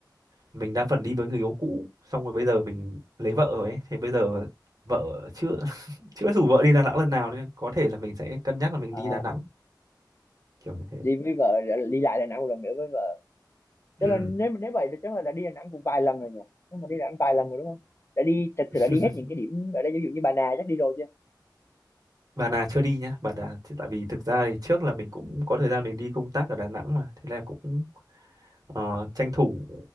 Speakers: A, on the right; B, on the left.
A: mình đa phần đi với người yêu cũ xong rồi bây giờ mình lấy vợ rồi ấy thì bây giờ vợ chưa <laughs> chưa rủ vợ đi Đà Nẵng lần nào nên có thể là mình sẽ cân nhắc là mình
B: Ờ,
A: đi Đà Nẵng kiểu như thế
B: đi với vợ đi lại Đà Nẵng một lần nữa với vợ Tức
A: ừ
B: là nếu nếu vậy thì chắc là đã đi Đà Nẵng cũng vài lần rồi nhỉ? Nếu mà đi Đà Nẵng vài lần rồi đúng không? Đã đi thật
A: <laughs>
B: sự đã đi hết những cái điểm ở đây ví dụ như Bà Nà chắc đi rồi chưa?
A: Bà Nà chưa đi nhá, Bà Nà thì tại vì thực ra thì trước là mình cũng có thời gian mình đi công tác ở Đà Nẵng mà, thế là cũng ờ, tranh thủ